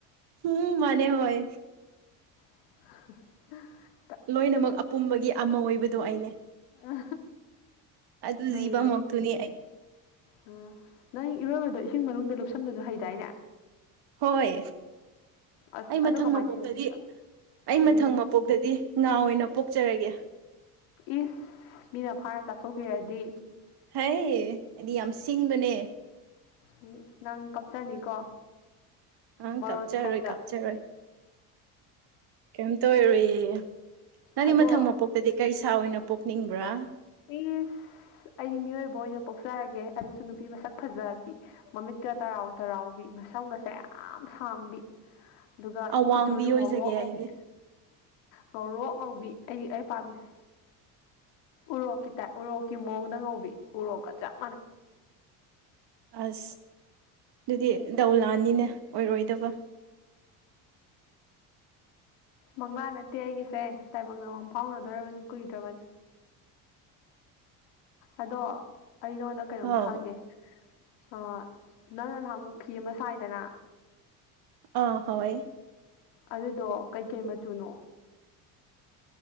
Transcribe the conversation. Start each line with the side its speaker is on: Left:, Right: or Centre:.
Right: ꯎꯝ ꯃꯅꯦ ꯍꯣꯏ
Left: <unintelligible>
Right: ꯂꯣꯏꯅꯃꯛ ꯑꯄꯨꯝꯕꯒꯤ ꯑꯃ ꯑꯣꯏꯕꯗꯣ ꯑꯩꯅꯦ
Left: ꯑ
Right: ꯑꯗꯨ
Left: ꯅꯩꯔꯦ
Right: ꯖꯤꯕ ꯃꯛꯇꯨꯅꯤ ꯑꯩ
Left: ꯑ ꯅꯪ ꯏꯔꯣꯏꯕꯗꯣ ꯏꯁꯤꯡ ꯃꯅꯨꯡꯗ ꯂꯨꯞꯁꯟꯂꯁꯨ ꯍꯩꯗꯥꯏꯅꯦ
Right: ꯍꯣꯏ
Left: ꯑꯁ
Right: ꯑꯩ ꯃꯊꯪ
Left: ꯑꯗꯣ ꯀꯃꯥꯏꯅ
Right: ꯃꯄꯣꯛꯇꯗꯤ
Left: ꯇꯧꯔꯤꯅꯣ ꯑꯝꯇ
Right: ꯑꯩ ꯃꯊꯪ
Left: ꯎꯝ
Right: ꯃꯄꯣꯛꯇꯗꯤ ꯉꯥ ꯑꯣꯏꯅ ꯄꯣꯛꯆꯔꯒꯦ
Left: ꯏꯁ ꯃꯤꯅ ꯐꯚꯥꯔ ꯆꯥꯊꯣꯛꯄꯤꯔꯗꯤ
Right: ꯍꯩ ꯑꯩꯗꯤ ꯌꯥꯝ ꯁꯤꯡꯕꯅꯦ
Left: ꯎꯝ ꯅꯪ ꯀꯞꯆꯅꯤꯀꯣ
Right: ꯑꯪ
Left: ꯃꯔꯣꯜꯁꯨ
Right: ꯀꯥꯞꯆꯔꯣꯏ
Left: ꯊꯣꯛꯇ
Right: ꯀꯥꯞꯆꯔꯣꯏ ꯀꯩꯝꯇ ꯑꯣꯏꯔꯣꯏꯌꯦ ꯅꯪꯗꯤ
Left: ꯑꯗꯣ
Right: ꯃꯊꯪ ꯃꯄꯣꯛꯇꯗꯤ ꯀꯩ ꯁꯥ ꯑꯣꯏꯅ ꯄꯣꯛꯅꯤꯡꯕ꯭ꯔꯥ
Left: ꯢꯁ ꯑꯩꯗꯤ ꯃꯤꯑꯣꯏꯕ ꯑꯣꯏꯅ ꯄꯣꯛꯆꯔꯒꯦ ꯑꯗꯨꯁꯨ ꯅꯨꯄꯤ ꯃꯁꯛ ꯐꯖꯕꯤ ꯃꯃꯤꯠꯀ ꯇꯔꯥꯎ ꯇꯔꯥꯎꯕꯤ ꯃꯁꯝꯒꯁꯦ ꯌꯥꯝ ꯁꯥꯡꯕꯤ
Right: <unintelligible>
Left: ꯑꯗꯨꯒ
Right: ꯑꯋꯥꯡꯕꯤ
Left: ꯀꯨꯆꯨꯁꯨ
Right: ꯑꯣꯏꯖꯒꯦ
Left: ꯉꯧꯔꯣꯛ ꯉꯧꯕꯤ
Right: ꯑꯩꯗꯤ
Left: ꯉꯧꯔꯣꯛ ꯉꯧꯕꯤ ꯑꯩ ꯑꯩ ꯄꯥꯝꯃꯤꯁꯦ ꯎꯔꯣꯛꯀꯤ ꯇꯥꯏ ꯎꯔꯣꯛꯀꯤ ꯃꯑꯣꯡꯗ ꯉꯧꯕꯤ ꯎꯔꯣꯛꯀꯆꯥꯞ
Right: ꯑꯁ ꯑꯗꯨꯗꯤ ꯗꯧ ꯂꯥꯅꯤꯅꯦ ꯑꯣꯏꯔꯣꯏꯗꯕ
Left: ꯃꯪꯂꯥꯟ ꯅꯠꯇꯦ ꯑꯩꯒꯤꯁꯦ ꯇꯥꯏꯕꯪ ꯗ ꯃꯪ ꯐꯥꯎꯅꯗꯣꯔꯕꯅꯤ ꯀꯨꯏꯗ꯭ꯔꯕꯅꯤ
Right: <unintelligible>
Left: ꯑꯗꯣ ꯑꯩ ꯅꯉꯣꯟꯗ ꯀꯩꯅꯣꯝꯇ
Right: ꯑꯧ
Left: ꯍꯪꯒꯦ ꯑ ꯅꯪꯅ ꯅꯍꯥꯃꯨꯛ ꯐꯤ ꯑꯃ ꯁꯥꯏꯗꯅ
Right: ꯑꯥ ꯍꯣꯏ
Left: ꯑꯗꯨꯗꯣ ꯀꯩꯀꯩ ꯃꯆꯨꯅꯣ